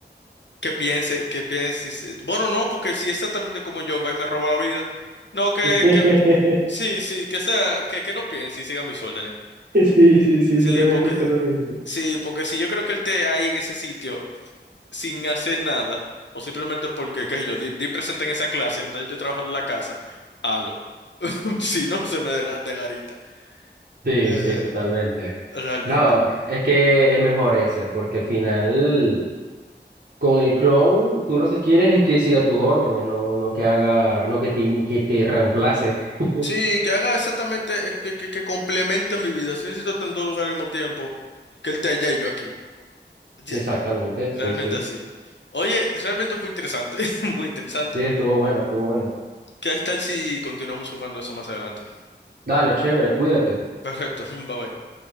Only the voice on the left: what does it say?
que piense, que piense. y se- Bueno, no, porque si es exactamente como yo va y me roba la vida. No, que,
que, que- sí, sí, que sea, que, que no piense y siga mis órdenes.
Sí,
porque,
sí, porque si yo creo que él esté ahí en ese sitio. sin hacer nada, o simplemente porque, qué sé yo, di, di presente en esa clase mientras yo estoy trabajando en la casa, halo. <laughs> Si no, se me deja de garita.
Eh,
realmente.
Sí, que haga exactamente, eh, que, que, que complemente mi vida. Si necesito estar en dos lugares al mismo tiempo, que él esté allá y yo aquí. ¿Entiendes?
Realmente
así. Oye, realmente fue interesante, <laughs> muy interesante.
¿Qué tal si continuamos jugando eso más adelante?
Perfecto, <laughs> bye bye.